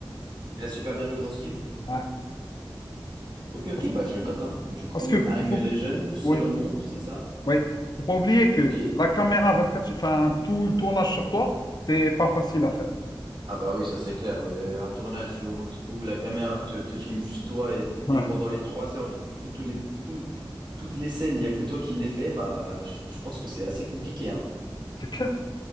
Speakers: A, on the right; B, on the left.
A: Il a super bien joué dans ce film.
B: Ouais.
A: Ok, ok,
B: Parce,
A: bah je note, hein. Du coup,
B: parce que.
A: I'm
B: faut- faut-
A: a Legend, Seul
B: oui,
A: au monde, c'est ça?
B: Oui, faut pas oublier que
A: Ok.
B: la caméra 24, sur- enfin tout le tournage sur toi, c'est pas facile à faire.
A: Ah bah oui, ça c'est clair. Euh, un tournage où, on t- où la caméra te, te filme juste toi et,
B: <laughs>
A: et pendant les trois heures, du coup, tous les, tout- toutes les scènes, il n'y a que toi qui les fais, bah je, trou- je pense que c'est assez compliqué, hein.
B: C'est clair.